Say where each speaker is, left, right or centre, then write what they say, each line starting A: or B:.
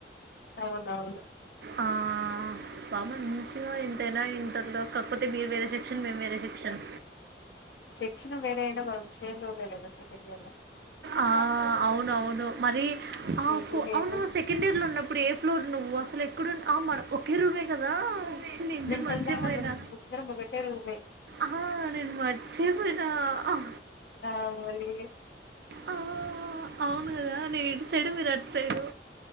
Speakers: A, on the left; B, on the right.
A: అవునవును
B: ఆ బామ్మ నీ మంచిగా <unintelligible> ఎంతైనా <unintelligible> కాకపోతే మీరు వేరే చెట్ క్షన్ మేము వేరే సెక్షన్
A: క్షన్ వేరే అయిన మనం ఆమె రూమ్ <unintelligible>
B: ఆ అవునవును మరి ఆ
A: నువ్వు
B: అప్
A: నేను
B: అవును సెకండ్ ఇయర్ లో ఉన్నప్పుడు ఏ ఫ్లోర్ నువ్వు అసలు ఎక్కడున్ ఆ మనం ఒకే రూమే కదా ఛీ! నేను
A: మెంటల్
B: జూడు మర్చిపోయినా.
A: దాన మనం ఇద్దరమూ ఒక్కటే రూమే
B: ఆ! <unintelligible> ఆ
A: ఆ మరి
B: ఆ అవును కదా నేను ఎ కానీ మీరు అట్ సైడు